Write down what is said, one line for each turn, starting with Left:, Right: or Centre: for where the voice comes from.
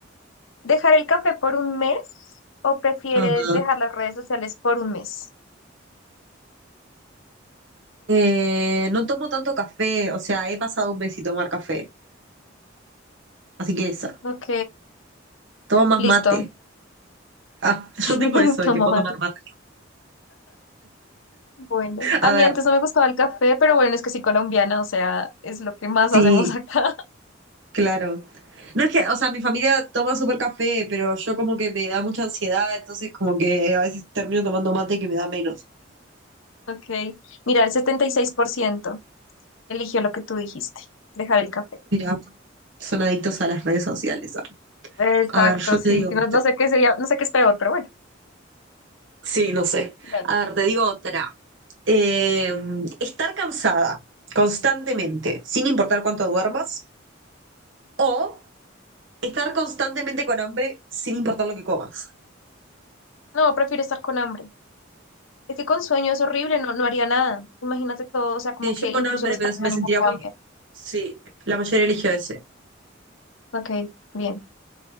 Left: ¿dejar el café por un mes o prefieres
Right: Ajá.
Left: dejar las redes sociales por un mes?
Right: Eh, no tomo tanto café, o sea, he pasado un mes sin tomar café. Así que esa.
Left: Ok,
Right: Tomo más
Left: listo.
Right: mate. Ah, <laughs> yo
Left: <laughs>
Right: tengo eso de
Left: Tomo
Right: que puedo
Left: mate.
Right: tomar mate.
Left: Bueno, a
Right: A ver,
Left: mí antes no me gustaba el café, pero bueno, es que soy colombiana, o sea, es lo que más
Right: sí,
Left: hacemos acá. <laughs>
Right: claro. No es que, o sea, mi familia toma súper café, pero yo como que me da mucha ansiedad, entonces como que a veces termino tomando mate que me da menos.
Left: Ok, mira, el setenta y seis por ciento eligió lo que tú dijiste, dejar el café.
Right: Mira, son adictos a las redes sociales. arre.
Left: Exacto,
Right: A ver, yo
Left: sí.
Right: te digo
Left: No,
Right: otra.
Left: no sé qué sería, no sé qué es peor, pero bueno,
Right: Sí, no sé.
Left: dale.
Right: A ver, te digo otra. Eh, estar cansada constantemente, sin importar cuánto duermas, o estar constantemente con hambre, sin importar lo que comas.
Left: No, prefiero estar con hambre. Es que con sueño es horrible, no, no haría nada. Imagínate todo, o sea, como
Right: Sí, yo
Left: que
Right: con
Left: incluso
Right: hambre,
Left: el estado
Right: pero me
Left: de ánimo
Right: sentiría
Left: cambia.
Right: muy... Sí, la mayoría eligió ese.
Left: Ok, bien.